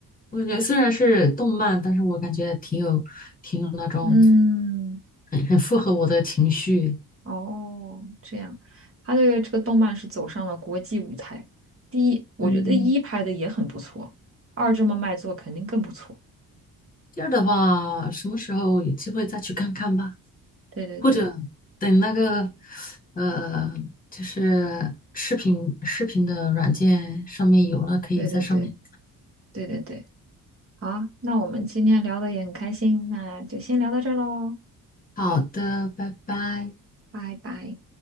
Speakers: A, on the left (about 20°); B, on the right (about 35°).
A: 我感觉虽然是动漫，但是我感觉挺有挺有那种
B: 嗯。
A: 很很符合我的情绪。
B: 哦，这样，他这个这个动漫是走上了国际舞台。第一，我觉得一拍的也很不错，
A: 嗯，
B: 二这么卖座肯定更不错。
A: 第二的话，什么时候有机会再去看看吧，
B: 对对对
A: 或者等那个呃，就是视频视频的软件上面有了，可以在上面。
B: 对对对对对对，好啊那我们今天聊的也很开心，那就先聊到这儿喽，
A: 好的，拜拜。
B: 拜拜。